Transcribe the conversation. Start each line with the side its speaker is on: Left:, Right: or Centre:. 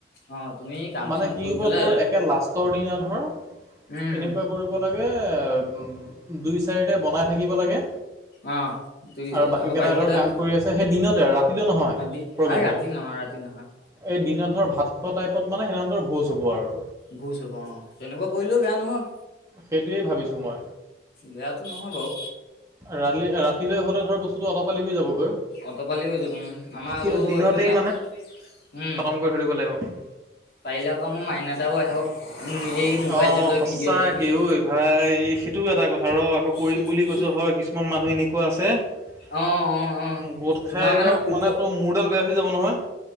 Left: অ তুমি কাম
Right: মানে
Left: চাম
Right: কি
Left: কৰি
Right: হ'ব
Left: পেলাই
Right: তোৰ একে লাষ্টৰ দিনা ধৰ
Left: উম
Right: এনেকুৱা কৰিব লৈ এয়ে দুই চাৰিটা বনাই থাকিব লাগে।
Left: অ দুই
Right: আৰু বাকী
Left: আকৌ
Right: কেইটা
Left: কেইডাল
Right: ধৰ কাম কৰি আছে। সেই দিনতে আৰু ৰাতিলৈ নহয়।
Left: দি
Right: প্ৰগ্ৰেমটো
Left: আ ৰাতি নহয় ৰাতি নহয়
Right: এই দিনত ধৰ ভাত খোৱা টাইপত মানে সেই দিনা ধৰ ভোজ হ'ব আৰু
Left: ভোজ হ'ব অ তেনেকুৱা কৰিলেও বেয়া নহয়।
Right: সেইটোৱেই ভাবিছোঁ মই
Left: বেয়াটো নহয় বাৰু।
Right: ৰালি ৰাতিলৈ হলে ধৰ বস্তুটো অটপালি হৈ যাবগৈ
Left: অটপালি হৈ যাব আমাৰ
Right: কিন্তু
Left: আকৌ
Right: দিনতেই
Left: মানে উম
Right: খতম কৰি থৈ দিব লাগিব।
Left: পাৰিলে আকৌ মোৰ মাইনা ডাও আহক। এই মোবাইলটো
Right: অ'
Left: লৈ
Right: সঁচা
Left: ভিডিঅ'
Right: কে অ ভাই সেইটো এটা কথা ৰ আকৌ কৰিম
Left: সি
Right: বুলি
Left: সি
Right: কৈছ হয় কিছুমান মানুহ এনেকুৱা আছে
Left: অ অ অ
Right: গোট
Left: তোমাৰ
Right: খাই লওঁক
Left: ওপ
Right: মানে তোৰ মোৰডাল বেয়া হৈ যাব নহয়।